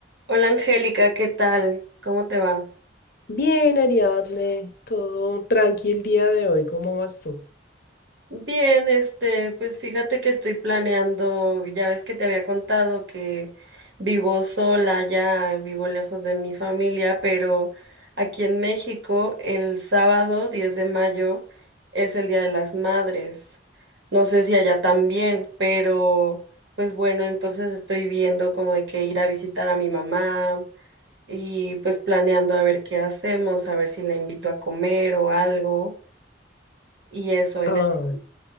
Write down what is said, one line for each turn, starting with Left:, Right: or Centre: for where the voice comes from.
Right: Hola Angélica, ¿qué tal? ¿Cómo te va?
Left: Bien, Ariadne, todo tranqui el día de hoy, ¿cómo vas tú?
Right: Bien, este, pues fíjate que estoy planeando, ya ves que te había contado que vivo sola, ya vivo lejos de mi familia, pero aquí en México el sábado 10 de mayo es el Día de las Madres. No sé si allá también, pero pues bueno, entonces estoy viendo como de que ir a visitar a mi mamá y pues planeando a ver qué hacemos, a ver si la invito a comer o algo y eso en
Left: Ah,
Right: eso.